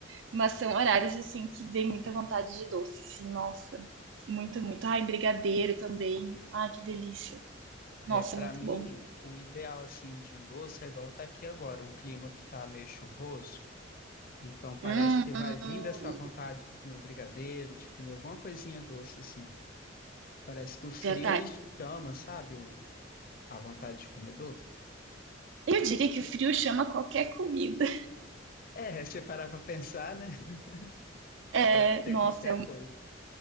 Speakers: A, on the right (about 65°); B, on the left (about 50°).
A: Mas são horários assim que vem muita vontade de doce, assim, nossa. Muito, muito. Ai, brigadeiro também. Ai, que delícia. Nossa,
B: É, para
A: muito
B: mim,
A: bom.
B: o ideal assim de um doce é igual tá aqui agora, um clima que tá meio chuvoso. Então parece
A: Hum,
B: que vai
A: hum,
B: vindo essa vontade de comer um brigadeiro, de comer alguma coisinha doce assim. Parece que o frio
A: verdade.
B: ele chama, sabe? O- a vontade de comer doce.
A: Eu diria que o frio chama qualquer comida.
B: É, <laughs> se parar pra pensar, né? <laughs>
A: É,
B: Pode ser
A: nossa,
B: qualquer
A: é, um-
B: coisa.